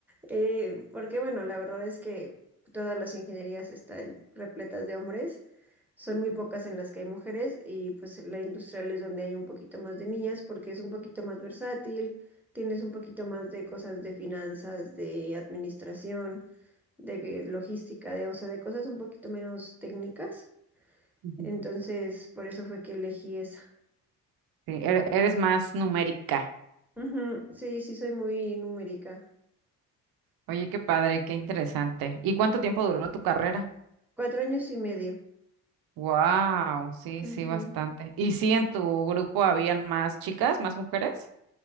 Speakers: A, in the centre; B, on the right (about 55°).
A: Eh, porque bueno, la verdad es que todas las ingenierías están repletas de hombres. Son muy pocas en las que hay mujeres y pues la industrial es donde hay un poquito más de niñas porque es un poquito más versátil, tienes un poquito más de cosas de finanzas, de administración, de logística, de, o sea, de cosas un poquito menos técnicas.
B: Ujú.
A: Entonces, por eso fue que elegí esa.
B: Sí, er- eres más numérica.
A: Ujú, Sí, sí, soy muy numérica.
B: Oye, qué padre, qué interesante. ¿Y cuánto tiempo duró tu carrera?
A: Cuatro años y medio.
B: Wow, sí,
A: Ujú.
B: sí, bastante. ¿Y sí en tu grupo habían más chicas, más mujeres?